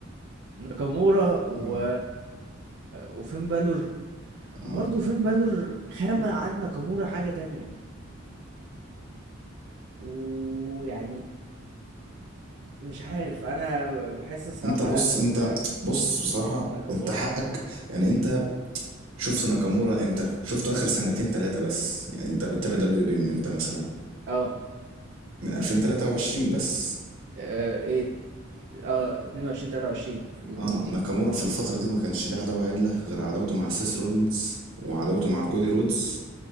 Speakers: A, on the right (about 55°); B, on the right (about 85°).
A: ناكامورا و...
B: اه
A: وفين بالور
B: اه
A: برضه فين بالور خامة عن ناكامورا حاجة تانية ويعني مش عارف انا بحس الصراحة
B: انت بص
A: لا ان
B: انت بص بصراحة
A: ناكامورا
B: انت حقك يعني انت شفت ناكامورا امتى شفته اخر سنتين ثلاثة بس يعني انت بتتابع دبليو دبليو من امتى مثلا
A: اه
B: من 2023 بس
A: آه، ايه اه 22 23 في الحدود
B: اه
A: دي
B: ناكامورا في الفترة دي ما كانش ليه عداوة عدلة غير عداوته مع سيس رولينز وعداوته مع كودي رودز